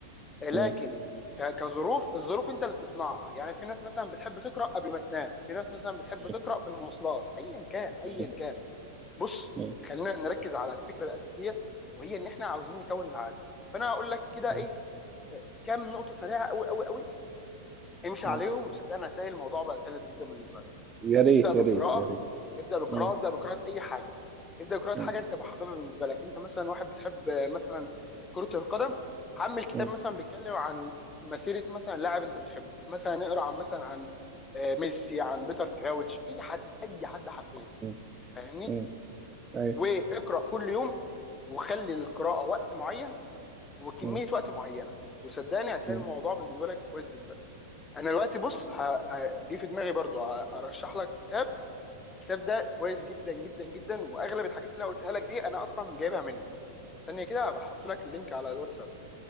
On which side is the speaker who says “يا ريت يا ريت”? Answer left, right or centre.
Right